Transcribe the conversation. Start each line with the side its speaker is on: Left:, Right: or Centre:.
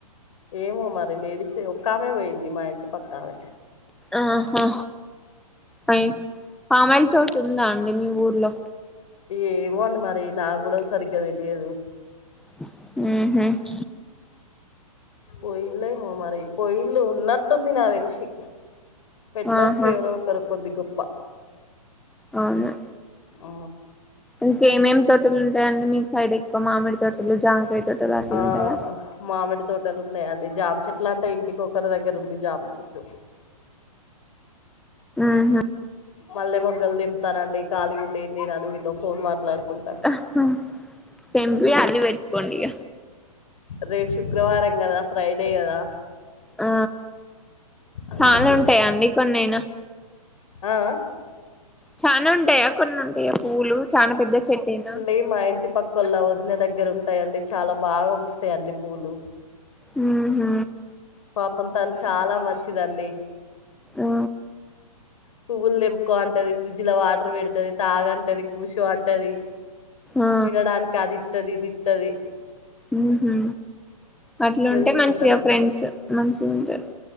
Left: ఏమో మరి లేడీసే ఒక్కామె వోయింది మా ఇంటి పక్కామె
Centre: ఆహా పై పామయిల్ తోట్ ఉందా అండి మీ ఊర్లో
Left: ఏమోండి మరి నాగ్గూడ సరిగ్గా తెలియదు
Centre: ఊహు
Left: పోయిల్లో ఏమో మరి పోయిల్లు ఉన్నట్టుంది నా దెలిశి పెట్టొచ్చు
Centre: ఆహా
Left: ఎవరో ఒకరు కొద్ది గొప్ప
Centre: అవును
Left: ఆ
Centre: ఇంకేమేమ్ తోటల్ ఉంటాయాండి మీ సైడ్ ఎక్కువ మామిడి తోటలు జాంకాయ్ తోటలు అసల్
Left: ఆ
Centre: ఉంటాయా
Left: మామిడి తోటల్ ఉన్నాయండి జామ్ చెట్లంటే ఇంటికొకరు దగ్గర్ ఉంది జాం చెట్టు
Centre: ఊహ్
Left: మల్లే మొగ్గల్ తెంపుతానండి ఖాళీగుండి ఏం చేనని మీతో ఫోన్ మాట్లాడుకున్
Centre: అహ్హ తెంపి అల్లి వెట్టుకోండిగా
Left: రేప్ శుక్రవారం కదా ఫ్రైడే గదా
Centre: ఆ
Left: అందుకే
Centre: చాలా ఉంటాయా అండి కొన్నైనా
Left: ఆ
Centre: చానా ఉంటాయా కొన్ని ఉంటాయా పూలు చాలా పెద్ద చెట్టే నా
Left: ది మా ఇంటి పక్ క్కో ల్ల వదిన దగ్గర ఉంటాయండి చాలా బాగా పుస్తాయండి పూలు
Centre: ఉ హు
Left: పాపం తను చాలా మంచిదండి
Centre: ఆ
Left: పూలు తెంపుకో అంటది ఫ్రిడ్జ్ లో వాటర్ పెడతది తాగంటది కూసో అంటది
Centre: ఆ
Left: తినడానికి అదిత్తది ఇదిత్తది
Centre: మ్ హు అట్ల ఉంటే
Left: చూసుకుంటారండి
Centre: మంచిగా ఫ్రెండ్స్ మంచి గుంటారు